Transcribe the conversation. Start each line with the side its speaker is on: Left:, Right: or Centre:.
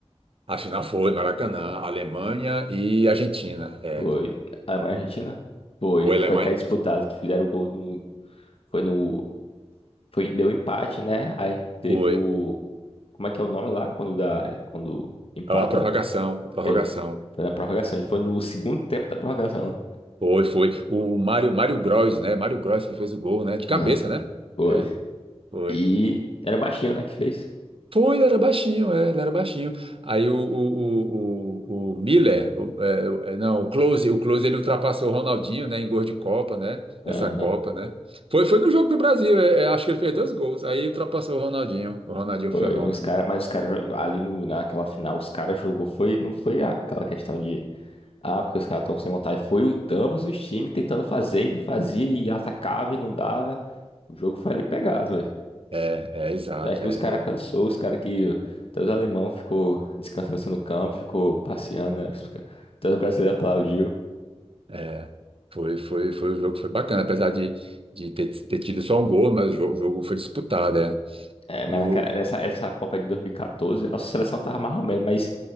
Right: A final foi, Maracanã, Alemanha e Argentina. É,
Left: Foi. Alemanha e Argentina? Foi,
Right: foi
Left: que
Right: Alemanha,
Left: foi até disputado, que fizeram o gol no. Foi no. Foi, deu empate, né? Aí teve
Right: foi.
Left: o. Como é que é o nome lá? Quando dá. Quando empata?
Right: Ah, A prorrogação, a prorrogação.
Left: Teve- foi na prorrogação. E foi no segundo tempo da prorrogação.
Right: Foi, foi. O, o Mário, Mário Gross, né? Mário Gross que fez o gol, né? De
Left: Não.
Right: cabeça, né?
Left: Foi.
Right: É, foi.
Left: E era o Baixinho, né, que fez.
Right: foi ele era baixinho, é, ele era baixinho. Aí o, o, o, o, o Miller, o- é, o- é, não, o Close, o Close ele ultrapassou o Ronaldinho, né, em gol de Copa, né, nessa
Left: Aham.
Right: Copa, né. Foi, foi no jogo do Brasil, é, é, acho que ele fez dois gols, aí ultrapassou o Ronaldinho, o Ronaldinho
Left: Foi.
Right: fenômeno.
Left: Mas os caras, mas os caras jog- ali no, naquela final, os caras jogou. Foi, não foi aquela questão de. Ah, porque os caras estão sem vontade. Foi o, ambos os times tentando fazer e não fazia, e atacava e não dava. O jogo foi ali pegado, velho.
Right: É, é, exato,
Left: É que
Right: é,
Left: os caras cansou, os caras que. Até os alemão ficou descansando assim no campo, ficou passeando, né? Os ca- Até os brasileiros aplaudiu.
Right: é, é. foi, foi, foi, o jogo foi bacana, apesar de, de ter, ter tido só um gol, mas o jogo, o jogo foi disputado, é.
Left: É, mas
Right: E o...
Left: naquela- nessa essa Copa de 2014, a nossa seleção tava mais ou menos, mas